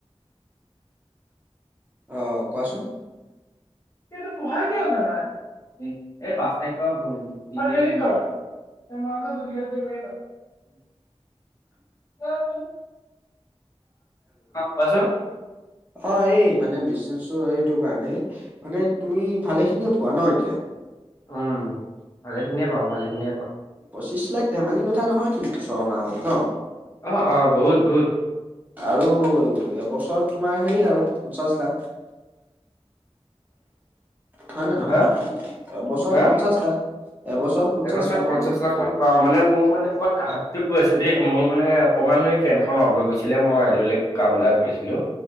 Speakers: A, on the right; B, on the left.
A: অঁ কোৱাচোন-
B: সেটো পঢ়া কিয় নহাই এই পাঁচ তাৰিখৰ পৰা পঢ়িম। তই মাৰ ‌পৰা ন দুৰ্গীয়া পৰি ব- অঁ কোৱা চোন।
A: অঁ এই মানে বিশচনেটো এইটো কাৰণেই- মানে তুমি ভালেখিনিয়ে পোৱা ন এতিয়া।
B: উমঁ ভালে খিনিয়ে পাওঁ ভালে খিনিয়ে পাওঁ।
A: পঁচিশ লাখ ধেমালি কথা নহয় কিন্তু ছমাহত ন।
B: অ অ বহুত বহুত
A: আৰু এবছৰত তোমাৰ হেৰি আৰু পঞ্চাশ লাখ। হয় নে নহয়,
B: হা
A: এবছৰত
B: হা
A: পঞ্চাশ লাখ এবছৰত পঞ্চাশ
B: এবছৰত
A: লাখ
B: পঞ্চাশ
A: বোলো।
B: লাখ মান পাওঁ, মানে মোৰ মানে কি হ'ল কাহা তুক কৈ আছোঁ দেই, মোৰ মানে অকণমান এ ফেনখন অফ হৈ গৈছিলে, মই বেলেগ কাম এটা কৰিছিলোঁ।